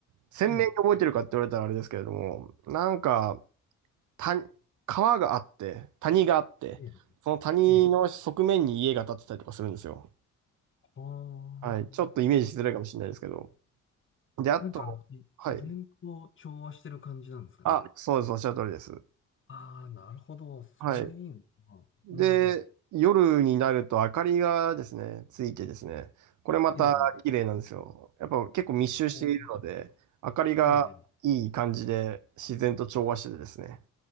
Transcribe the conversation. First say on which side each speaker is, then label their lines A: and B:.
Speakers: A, on the right; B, on the left.
A: 鮮明に覚えてるかって言われたらあれですけれども、
B: ええ、
A: なんか、た、川があって、谷があって、
B: ええ、
A: その谷の側面に家が建ってたりとかするんですよ。
B: ええ。ああ。
A: はい。ちょっとイメージしづらいかもしれないですけど。で、あと、
B: なんかあの、じ自然と調和してる感じなんですかね。
A: はい。あ、そうです。おっしゃる通りです。
B: ああ、なるほど。それはいいのかな。
A: はい。で、
B: うん。
A: 夜になると明かりがですね、ついてですね、これまた綺麗なんですよ。
B: ええ、
A: やっぱ結構密集しているので、
B: ほう
A: 明かりがいい感じで自然と調和しててですね、
B: え